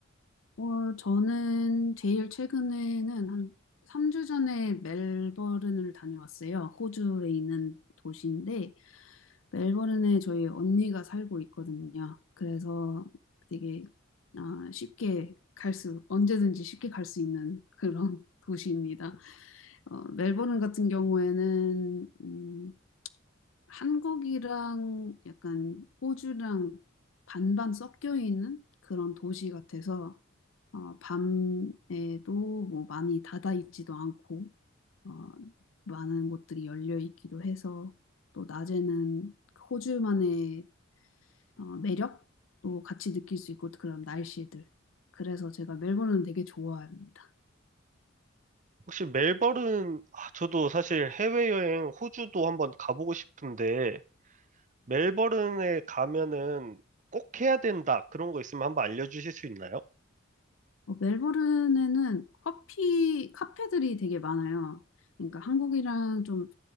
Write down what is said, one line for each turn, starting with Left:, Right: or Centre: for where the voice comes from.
Left: 어, 저는 제일 최근에는 한 3주 전에 멜버른을 다녀왔어요. 호주에 있는 도시인데, 멜버른에 저희 언니가 살고 있거든요. 그래서 되게 아, 쉽게 갈 수, 언제든지 쉽게 갈 수 있는 그런 <laughs> 도시입니다. 어, 멜버른 같은 경우에는 음, 한국이랑 약간 호주랑 반반 섞여 있는 그런 도시 같아서 어, 밤에도 뭐 많이 닫아 있지도 않고 어, 많은 곳들이 열려 있기도 해서 또 낮에는 호주만의 어, 매력도 같이 느낄 수 있고 그런 날씨들. 그래서 제가 멜버른을 되게 좋아합니다.
Right: 혹시 멜버른, 아, 저도 사실 해외여행 호주도 한번 가보고 싶은데, 멜버른에 가면은 꼭 해야 된다. 그런 거 있으면 한번 알려주실 수 있나요?
Left: 어, 멜버른에는 커피, 카페들이 되게 많아요. 그러니까 한국이랑 좀